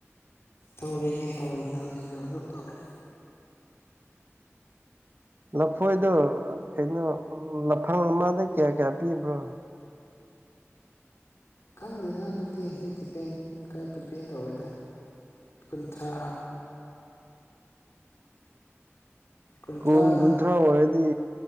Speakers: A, on the left (about 60°); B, on the right (about 45°).
A: ꯇꯧꯔꯤꯅꯦ ꯇꯧꯔꯤꯅꯦ ꯍꯧꯖꯤꯛꯁꯨ ꯑꯗꯨꯝ ꯇꯧꯔꯤ
B: ꯂꯐꯣꯏꯗꯣ ꯀꯩꯅꯣ ꯂꯐꯪ ꯑꯃꯗ ꯀꯌꯥ ꯀꯌꯥ ꯄꯤꯕ꯭ꯔꯣ
A: ꯈꯪꯗꯦꯗ ꯑꯗꯨꯗꯤ ꯑꯩ ꯗꯤꯄꯦꯟꯒ ꯗꯤꯄꯦꯟ ꯇꯧꯋꯦꯗ ꯀꯨꯟꯊ꯭ꯔꯥ ꯀꯨꯟꯊ꯭ꯔꯥꯅ
B: ꯀꯨꯟ ꯀꯨꯟꯊ꯭ꯔꯥ ꯑꯣꯏꯔꯗꯤ